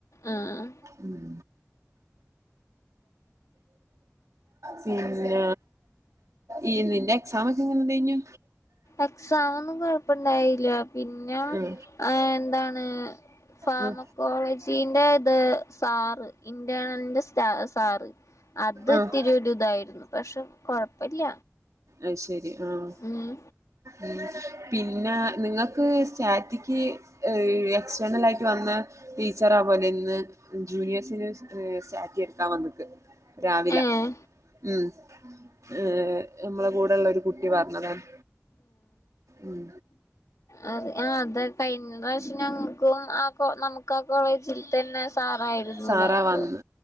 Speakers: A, on the left; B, on the right.
A: ആഹ്
B: ഉം പിന്നെ ഈ നിന്റെ എക്സാം ഒക്കെ എങ്ങനെ ഉണ്ടായിനു
A: എക്സമ് ഒന്നും കൊഴപ്പുണ്ടായില്ല പിന്നെ
B: ഉം
A: ആ എന്താണ് ഫാർമക്കോളജീന്റെ
B: ഉം
A: ഇത് സാറ് ഇറേണലന്റെ സ്റ്റാ സാറ് അത്ത്തിരിരി
B: ആഹ്
A: ഇതായിരുന്നു പക്ഷെ കൊഴപ്പില്ല
B: അയ് ശരി ആഹ്
A: ഉം
B: ഉം പിന്നെ നിങ്ങൾക്ക് സ്റ്റാറ്റിക്ക് എക്സ്റ്റേർണൽ ആയിട്ട് വന്ന ടീച്ചർ ആ പോലെ ഇന്ന് ജൂനിയേഴ്സിന് സ്റ്റാറ്റി എടുക്കാൻ വന്ന് രാവില
A: ഏഹ്
B: ഉം ഏഹ് നമ്മള കൂടെ ഉള്ളരു കുട്ടി പറഞ്ഞതാണ് ഉം
A: അ അതെ കഴിഞ്ഞ പ്രാവശ്യ ഞങ്ങക്കും ആ നമുക്ക് ആ കോളേജിൽ തന്നെ സാറായിരുന്നു
B: സാറാ
A: ലോക്ക്
B: വന്ന്